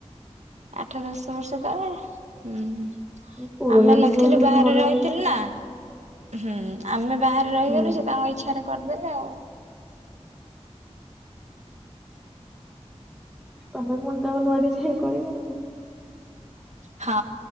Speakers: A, on the right (about 85°); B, in the centre.
A: ଆଠ ଦଶ ବର୍ଷ ତଳେ। ହୁଁ ହୁଁ,
B: ପୁରୁଣା
A: ଆମେ ନଥିଲୁ
B: ଡିଜାଇନିଂ
A: ବାହାରେ
B: ଘର
A: ରହିଥିଲୁ ନା। ହୁଁ, ଆମେ ବାହାରେ ରହିଗଲୁ,
B: ହୁଁ
A: ସେ ତାଙ୍କ ଇଛାରେ କରିଦେଲେ ଆଉ।
B: ତମେ ପୁଣି ତାକୁ ନୂଆ ଡିଜାଇନ୍ କରିବ ଆଉ।
A: ହଁ,